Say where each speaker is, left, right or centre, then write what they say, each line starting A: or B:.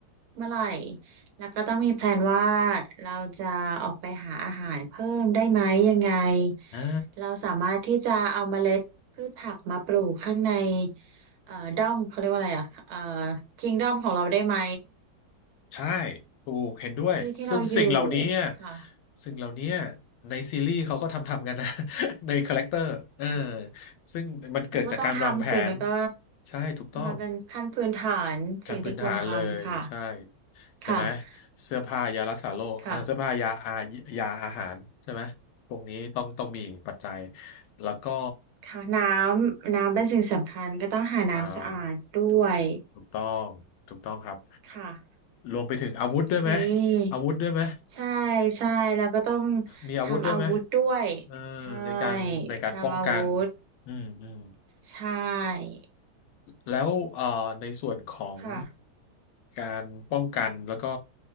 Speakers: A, on the right (about 75°); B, on the left (about 80°).
A: เมื่อไหร่แล้วก็ต้องมีแพลนว่าเราจะออกไปหาอาหารเพิ่มได้ไหมยังไง
B: อ่า
A: เราสามารถที่จะเอาเมล็ดพืชผักมาปลูกข้างในเอ่อด้อมเขาเรียกว่าอะไรอ่ะเอ่อคิงด้อมของเราได้ไหม
B: ใช่ถูกเห็นด้วยซึ่งสิ่งเหล่านี้อะ
A: ที่ที่เราอยู่ค่ะ
B: สิ่งเหล่านี้อะในซีรีส์เขาก็ทำทำกันนะ <laughs> ในคาแรคเตอร์เออ
A: อ่ะ
B: ซึ่งมันเกิดจากการวางแผน
A: แล้วก็ต้องทำสิมันก็
B: ใช่ถูกต้อง
A: มันเป็นขั้นพื้นฐานสิ่งที่ควรทำค่ะ
B: ขั้นพื้นฐานเลยใช่ใช่ไหม
A: ค่ะ
B: เสื้อผ้ายารักษาโรคเอ่อเสื้อผ้ายาอายาอาหารใช่ไหมพวกนี้ต้องต้องมีปัจจัย
A: ค่ะ
B: แล้วก็
A: ค่ะน้ำน้ำเป็นสิ่งสำคัญก็ต้องหาน้ำสะอาดด้วย
B: อ่าถูกถูกต้องถูกต้องครับ
A: ค่ะ
B: รวมไปถึงอาวุธด้วยไหม
A: โอเค
B: อาวุธด้วยไหม
A: ใช่ใช่แล้วก็ต้อง
B: มีอาวุธด้วยไหม
A: ทำอาวุธด้วย
B: เออในการในการป้องกัน
A: ใช่ทำอาวุธ
B: อืมอืม
A: ใช่
B: แล้วเอ่อในส่วนของ
A: ค่ะ
B: การป้องกัน แล้วก็